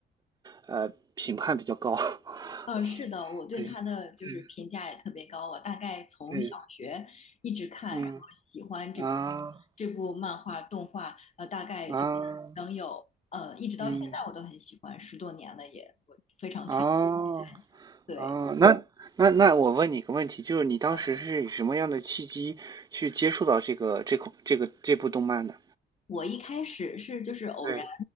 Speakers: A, on the right; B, on the left.
A: 呃评判比较高。<laughs>
B: 嗯，是的，我对他的就是评价也特别高。
A: 对对
B: 我大概从小学一直看，
A: 对，嗯。
B: 然后喜欢这
A: 啊
B: 这部漫画动画，呃，大概就是能有呃，
A: 啊，
B: 一直到现在我都很喜欢，
A: 嗯，
B: 十多年了也，我非常推荐你去看一下。
A: 哦
B: 对，
A: 哦，那那那我问你一个问题，就是你当时是以什么样的契机去接触到这个这款这个这部动漫的？
B: 好我一开始是就是偶然
A: 对，